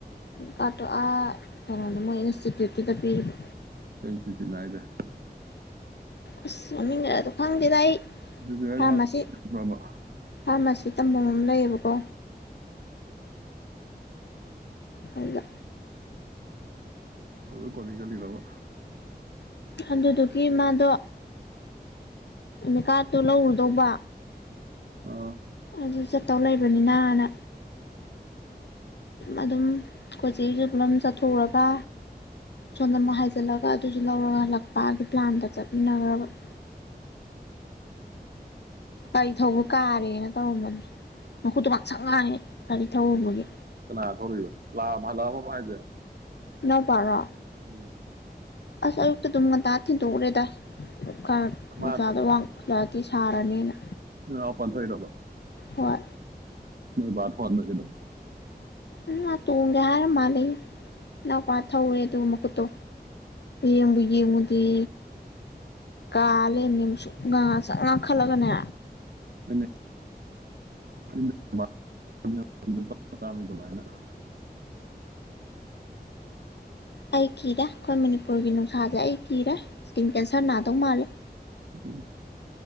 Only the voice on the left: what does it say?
ꯀꯥꯔꯠꯇꯣ ꯑꯥ ꯀꯩꯅꯣꯗ ꯃꯣꯏ ꯏꯟꯁꯇꯤꯇ꯭ꯌꯨꯠꯇꯨꯗ ꯄꯤꯔꯤꯕ
ꯑꯁ ꯃꯃꯤꯉ ꯑꯗꯣ ꯈꯪꯗꯦꯗ ꯑꯩ
ꯐꯥꯔꯃꯥꯁꯤ
ꯐꯥꯔꯃꯥꯁꯤ ꯁꯤ ꯇꯝꯐꯝ ꯑꯃ ꯂꯩꯌꯦꯕꯀꯣ ꯑꯗ
ꯑꯗꯨꯗꯨꯒꯤ ꯃꯥꯗꯣ ꯑꯦꯃꯤꯀꯥꯔꯠꯇꯣ ꯂꯧꯔꯨꯗꯧꯕ
ꯑꯗꯨ ꯆꯠꯇꯧ ꯂꯩꯕꯅꯤꯅꯅ ꯑꯗꯨꯝ ꯀꯈꯣꯏ ꯆꯦꯁꯨ ꯄꯨꯂꯞ ꯆꯠꯊꯣꯛꯎꯔꯒ ꯁꯣꯝꯅ ꯑꯃꯨꯛ ꯍꯥꯏꯖꯤꯜꯂꯒ ꯑꯗꯨꯁꯨ ꯂꯧꯔꯒ ꯍꯜꯂꯛꯄꯒꯤ ꯄ꯭ꯂꯥꯟꯗ ꯆꯠꯃꯤꯟꯅꯈ꯭ꯔꯕ <inaudible> ꯒꯥꯔꯤ ꯊꯧꯕ ꯀꯥꯔꯦꯅ ꯇꯧꯔꯝꯕꯅꯤ ꯃꯈꯨꯠꯇꯣ ꯉꯥꯛ ꯁꯛ ꯉꯥꯡꯉꯦ ꯒꯥꯔꯤ ꯊꯧꯔꯨꯕꯒꯤ
ꯏꯅꯥꯎꯄꯥꯒ
ꯑꯁ ꯑꯌꯨꯛꯇ ꯑꯗꯨꯝ ꯉꯟꯇꯥ ꯊꯤꯟꯗꯣꯛꯎꯔꯦꯗ ꯈꯔ ꯅꯨꯡꯁꯥꯗ
ꯋꯥꯡ ꯂꯗꯤ ꯁꯔꯥꯅꯤꯅ
ꯍꯣꯏ
ꯍꯝ ꯃꯥ ꯇꯣꯡꯒꯦ ꯍꯥꯏꯔ ꯃꯥꯂꯦ ꯏꯅꯥꯎꯄꯥ ꯊꯧꯔꯦ ꯑꯗꯨꯒ ꯃꯨꯈꯨꯠꯇꯣ ꯌꯦꯡꯕꯨ ꯌꯦꯡꯉꯨꯗꯦ ꯗꯦ ꯀꯥ ꯂꯩꯔꯝꯃꯤꯅꯦ ꯃꯨꯁꯨꯛ ꯉꯥꯥ ꯉꯛꯁꯪ ꯉꯥꯡꯈꯠꯂꯒꯅꯦ
ꯑꯩ ꯀꯤꯗ ꯑꯩꯈꯣꯏ ꯃꯅꯤꯄꯨꯔꯒꯤ ꯅꯨꯡꯁꯥꯁꯦ ꯑꯩ ꯀꯤꯗ ꯏꯁꯀꯤꯟ ꯀꯦꯟꯁꯔ ꯅꯥꯗꯧ ꯃꯥꯜꯂꯦ